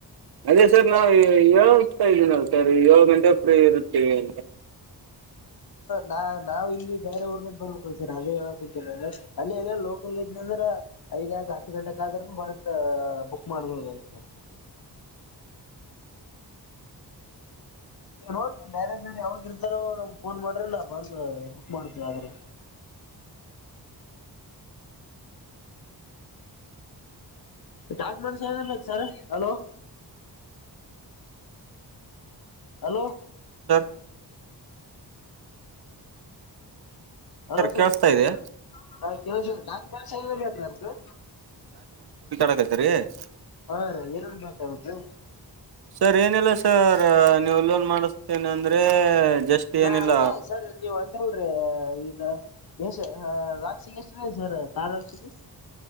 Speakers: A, on the right; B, on the left.
A: ಅದೇ ಸರ್ ನಾವವು ಏಳ್ತಾ ಇದ್ದೀನ ಅ ಸರ್ ಏಳು ಗಂಟೆ ಫ್ರೀ ಇರುತ್ತೇವಿ ಅಂದ
B: ನಾ ನಾವವು ಇಲ್ಲಿ ಬೇರೆ ಊರ್ನಾಗ ಬರ್ಬೇಕು ಸರ್ ಅದೇ ಹೇಳಕ್ ಅಂತ ಅಲ್ಲಿ ಎ ಲೋಕಲ್ ವಜ್ ್ರ ಐದ್್ಯಾಗ ಹತ್ತು ಗಂಟಕ ಆದ್ರ ಬಂದ ಬುಕ್ ಮಾಡ್ಬಹದು ಆಯ್ತ ಸ <unintelligible>
A: ಅ
B: ನೋಡ್ತ ಮಾರೇಜ ಯಾವ್ದ ಇರ್ತಾರೋ ನಮ್ ಫೋನ್ ಮಾಡ್ರೆ ನಾವು ಬ ಬುಕ್ ಮಾಡ್ತೇವಿ ಆದ್ರ
A: ಹ ಹ
B: ಚಾಜ್ಮಂಡ ಸನ್ ಬು sir hello hello
A: sir
B: hello sir
A: ಕೇಳಿಸ್ತಾ ಇದೆ
B: ಹ ಕೆಲ ಸರ್ ದಾಕ ಸತ್ರಮ ಸ
A: ಡಕತರಿೀ <unintelligible>
B: ಹಾ ರ ಏನನ್ ಮಾತಾಡ್ದದು
A: ಸರ್ ಏನಲ್ಲ ಸರ್ ನೀವು ಲೋನ್ ಮಾಡಿಸತೇನೆ ಅಂದ್ರೆ ಜಸ್ಟ್
B: ನಾ
A: ಏನಿಲ್ಲ
B: ಇದೇ ಸರಿ ನೀವ್ ಅಂದಿಲ್ರಿ ಈದು ಎಷ್ಟ ರಾಕ್ಷಿಿಗೆ ಎಷ್ಟ ರ ಸರ್ ತಾರ ರಾಕ್ಷಿಿಗೆ